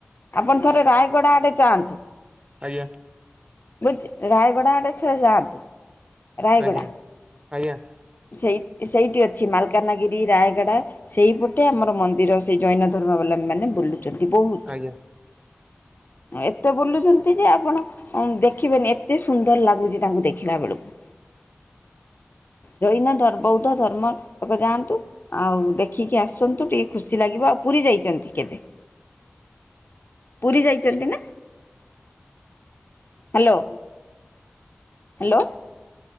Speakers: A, on the left (about 55°); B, on the right (about 25°).
A: ଆପଣ ଥରେ ରାୟ ଗଡ ଆଡେ ଯାଆନ୍ତୁ
B: ଆଜ୍ଞା
A: ବୁ ରାୟଗଡା ଆଡେ ଥରେ ଯାଆନ୍ତୁ। ରାୟଗଡ଼ା
B: ଆଜ୍ଞା ଆଜ୍ଞା।
A: ସେଇ ସେଇଟି ଅଛି ମାଲକାନାଗିରି ରାୟଗଡ଼ା ସେଇପଟେ ଆମର ମନ୍ଦିର ସେ ଜୈନ ଧର୍ମା ଅବଲମ୍ବୀ ମାନେ ବୁଲୁ ଚନ୍ତି ବୋହୁତ
B: ଆଜ୍ଞା।
A: ଏତେ ବୁଲୁଛନ୍ତି ଯେ ଆପଣ ଅମ ଦେଖିବେନି ଏତେ ସୁନ୍ଦର ଲାଗୁଚି ତାଙ୍କୁ ଦେଖିଲା ବେଳକୁ। ଜୈନ ଧର୍ ବୌଦ୍ଧ ଧର୍ମ ଲୋକ ଯାଆନ୍ତୁ। ଆଉ ଦେଖିକି ଆସନ୍ତୁ ଟିକେ ଖୁସି ଲାଗିବ ଆଉ ପୁରୀ ଯାଇଚନ୍ତି କେବେ? ପୁରୀ ଯାଇଚନ୍ତି ନା। ହାଲୋ। ହାଲୋ।